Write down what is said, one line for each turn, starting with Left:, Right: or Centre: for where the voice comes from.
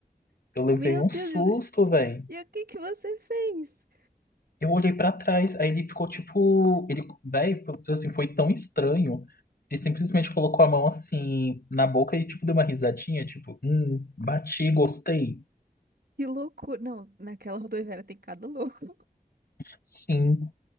Left: Eu levei
Right: Meu
Left: um
Right: Deus,
Left: susto,
Right: eu-
Left: velho.
Right: e o que que você fez?
Left: Eu olhei pra trás, aí ele ficou tipo, ele, velho, assim, foi tão estranho. Ele simplesmente colocou a mão assim na boca e tipo deu uma risadinha, tipo, hum, bati, gostei.
Right: Que loucura. Não, naquela rodoviária tem cada louco.
Left: Sim.